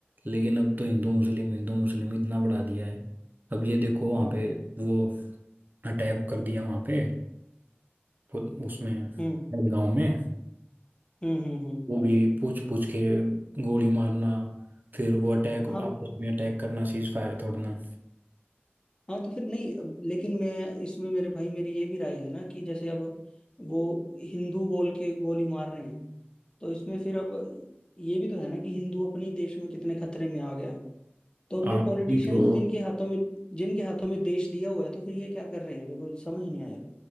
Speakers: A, on the right; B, on the left.
A: लेकिन अब तो हिंदू मुस्लिम हिंदू मुस्लिम इतना बढ़ा दिया है अब ये देखो वहाँ
B: हम्म
A: पे वो अटैक कर दिया वहाँ पे उ- उसमें
B: हम्म
A: गांव में
B: हम्म हम्म हम्म।
A: वो भी पूछ पूछ के गोली मारना फिर वो अटैक
B: हाँ
A: आपस में अटैक करना सीज फायर तोड़ना
B: हाँ तो फिर नहीं अब- लेकिन मैं इसमें मेरे भाई मेरी ये भी राय है ना कि जैसे अब वो हिंदू बोल के गोली मार रहे हैं तो इसमें फिर अब ये भी तो है ना कि हिंदू अपने ही देश में कितने खतरे में आ गया तो अब
A: हाँ
B: ये पॉलिटिशियंस
A: यही तो
B: जिनके हाथों में जिनके हाथों में देश दिया हुआ है तो फिर ये क्या कर रहे हैं मेरे को समझ नहीं आया